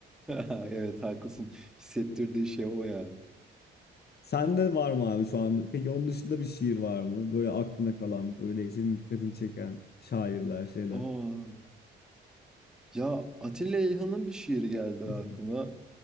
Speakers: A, in the centre; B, on the left.
A: Evet haklısın. Hissettirdiği şey o ya.
B: Sende var mı abi şu anda? Peki onun dışında bir şiir var mı? Böyle aklına kalan, böyle senin dikkatini çeken şairler, şeyler.
A: Oo. Ya Atilla İlhan'ın bir şiiri geldi
B: <laughs>
A: aklıma.